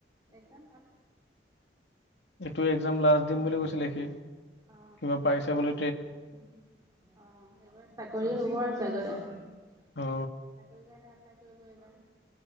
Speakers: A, on the right (about 20°); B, on the left (about 80°).
A: একজাম ভাল
B: এইটো এক্সাম লাষ্ট দিম বুলি কৈছিলে সি
A: অ
B: কিবা পাইছে বুলি।
A: অ সেইবাৰ চাকৰি হব আৰু চাগে। চাকৰি
B: অ
A: কাৰণে এপ্লাই কৰিব এইবাৰ।